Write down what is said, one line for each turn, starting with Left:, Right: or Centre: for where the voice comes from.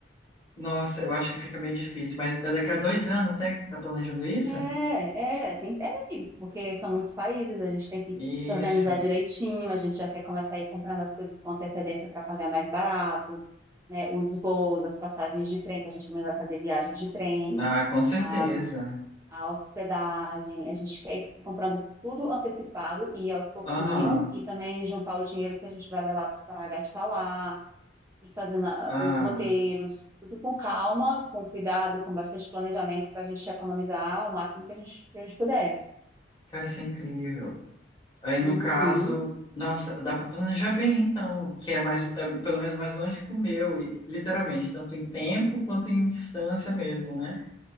Left: nossa, eu acho que fica meio difícil, mas é daqui a dois anos, né, que tu tá planejando isso?
Right: É, é, tem, é, amigo, porque são muitos países, a gente tem que
Left: Isso,
Right: se organizar direitinho, a gente já quer começar a ir comprando as coisas com antecedência para pagar mais barato, né? Os voos, as passagens de trem, que a gente também vai fazer viagens de trem,
Left: ah, com certeza.
Right: a, a hospedagem, a gente quer ir comprando tudo antecipado e aos pouquinhos,
Left: Aham,
Right: e também juntar o dinheiro que a gente vai levar para gastar lá e fazendo a-
Left: ah,
Right: os roteiros, tudo com calma, com cuidado, com bastante planejamento para a gente economizar o máximo que a gente, que a gente puder.
Left: cara, isso é incrível. Aí
Right: Uhum,
Left: no caso, nossa, dá para planejar bem então, que é mais, é pelo menos mais longe que o meu, e, literalmente, tanto em tempo quanto em distância mesmo, né?